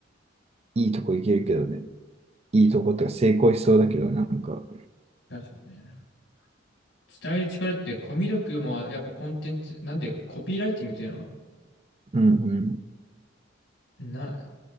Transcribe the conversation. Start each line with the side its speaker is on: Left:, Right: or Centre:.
Right: いいとこいけるけどね。いいとこってか成功しそうだけど、なんか。
Left: 確かにね。伝える力ってコミュ力もやっぱコンテンツ、なんでコピーライティングっていうのは、
Right: うんうん
Left: な、